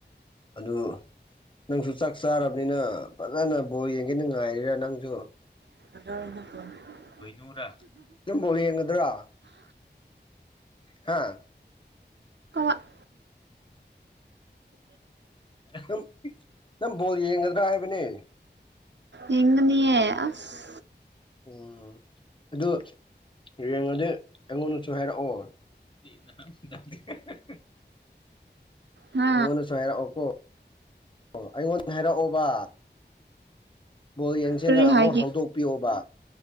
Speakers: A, on the left (about 25°); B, on the right (about 75°).
A: ꯑꯗꯨ ꯅꯪꯖꯨ ꯆꯥꯛ ꯆꯥꯔꯕꯅꯤꯅ ꯐꯖꯅ ꯕꯣꯜ ꯌꯦꯡꯒꯦꯅ ꯉꯥꯏꯔꯤꯔꯥ ꯅꯪꯖꯨ
B: <unintelligible>
A: ꯄꯣꯏꯅꯨꯗꯥ ꯅꯪꯐꯧ ꯌꯦꯡꯒꯗ꯭ꯔꯥ ꯍꯥꯥ
B: ꯎꯝ
A: ꯅꯪ ꯅꯪ ꯕꯣꯜ ꯌꯦꯡꯒꯗ꯭ꯔꯥ ꯍꯥꯏꯕꯅꯦ
B: ꯌꯦꯡꯅꯤꯌꯦ ꯑꯁ
A: ꯎꯝ ꯑꯗꯨ ꯌꯦꯡꯉꯗꯤ ꯑꯩꯉꯣꯟꯗꯁꯨ ꯍꯥꯏꯔꯛꯑꯣ <unintelligible>
B: ꯍꯥ
A: ꯑꯩꯉꯣꯟꯗꯁꯨ ꯍꯥꯏꯔꯛꯑꯣꯀꯣ ꯑꯣ ꯑꯩꯉꯣꯟꯗ ꯍꯥꯏꯔꯛꯑꯣꯕ ꯕꯣꯜ ꯌꯦꯡꯁꯤꯟꯅ
B: ꯀꯔꯤ
A: ꯑꯃꯨꯛ
B: ꯍꯥꯏꯒꯦ
A: ꯍꯧꯗꯣꯛꯄꯤꯌꯣꯕ